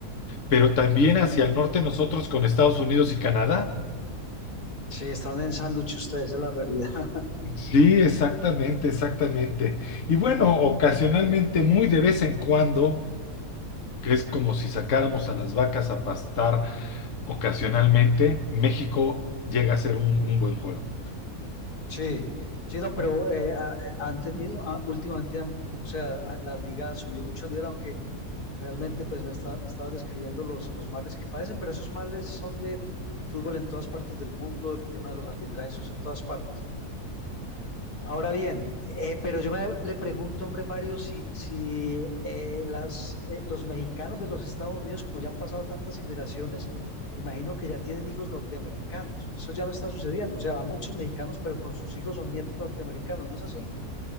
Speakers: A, on the left; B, on the left.
A: pero también hacia el norte nosotros con Estados Unidos y Canadá.
B: Sí, están en sándwich ustedes, esa es la realidad. <laughs>
A: Sí, exactamente, exactamente. Y bueno, ocasionalmente, muy de vez en cuando, que es como si sacáramos a las vacas a pastar ocasionalmente, México llega a ser un un buen juego.
B: Sí, sí, no, pero eh, ha- han tenido, ah, últimamente, han- o sea, ah, la liga subió mucho nivel, aunque realmente pues me está, me estabas describiendo los, los males que padecen, pero esos males son de el fútbol en todas partes del mundo, el tema de los arbitrajes, eso es en todas partes. Ahora bien, eh, pero yo me, le pregunto, hombre Mario, si, si eh, las, eh, los mexicanos de los Estados Unidos, como ya han pasado tantas generaciones, me imagino que ya tienen hijos norteamericanos. Eso ya no está sucediendo. O sea, van muchos mexicanos, pero con sus hijos o nietos norteamericanos, ¿no es así?